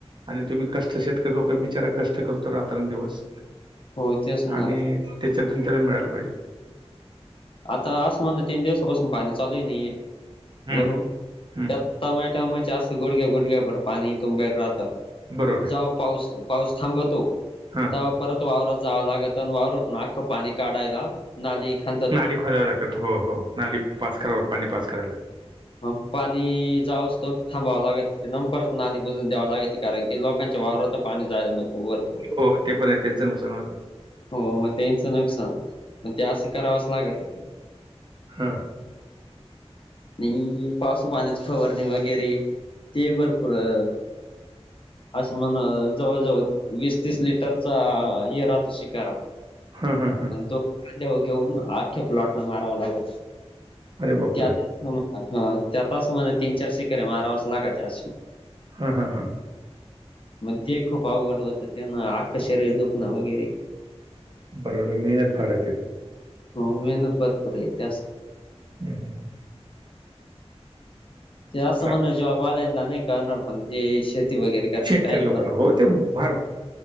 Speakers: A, on the right; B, on the left.
A: आणि तुम्ही कष्ट शेतकरी लोक बिचारा कष्ट करतो रात्रंदिवस.
B: हो तेच ना
A: आणि त्याच्यातून तरी मिळालं पाहिजे.
B: आता असं म्हणण तीन दिवसापासून पाणी चालू हाए
A: हम्म
B: वरून
A: हम्म
B: त्यात टमाॅटम जास्त गुडग्या गुडघ्या भर पाणी तुम बेल राहतं.
A: बरोबर आहे.
B: जो पाऊस पाऊस थांबतो.
A: हा.
B: तवापरत वावरत जाव लागत आणि वावरत ना आख्खं पाणी काढायला नाली ख
A: नाली खोदावव लागतात हो हो नाली पास करावं पाणी पास कराय ला.
B: ह पाणी जाव असतो थांबावं लागत नंपरत नाली बजून द्यावं लागती. कारण की लोकांच्या वावरात पाणी जायला नको. भरपूर
A: होहो ते पण आहे त्यांचं नुकसान व्हायला नको.
B: हो मग त्यांचं नुकसान मग ते असं करावच लागत ते.
A: हं.
B: नइ पावस पाण्याच फवारणी वगैरे ते भरपूर अ असं म्हण जवळजवळ वीस तीस लिटरचा य राहतो शिकारा.
A: हं हां हां.
B: पण तो कांद्यावर घेऊन अख्या प्लॉटला मारावा लागतो
A: अरे बापरे!
B: त्यात हा त्यात असं म्हण तीन-चार शिकाऱ्या मारावच लागत्या अशी.
A: हं हं हं.
B: मग ते खूप अवघड होतं त्यानं अख्क शरीर दुखणं वगैरे.
A: बरं बरं मेहनत फार हाय त्यात.
B: हो मेहनत भरपूर आहे त्यास.
A: हम.
B: ते असं
A: चा
B: म्हणा जॉब वाल्यांना नाही कळणार पण शेती वगैरे करते
A: शेतकरी
B: त्यांना.
A: लोकांना होते फार